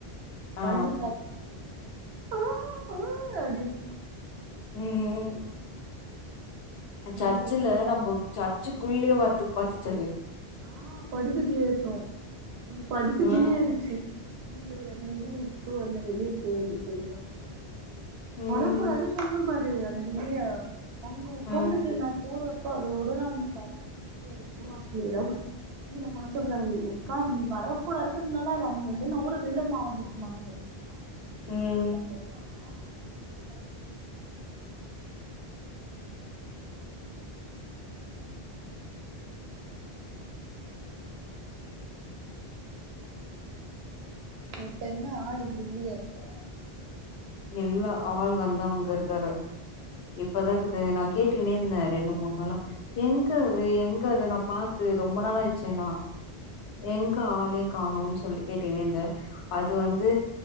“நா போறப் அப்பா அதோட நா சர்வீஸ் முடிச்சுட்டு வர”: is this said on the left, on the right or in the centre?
Right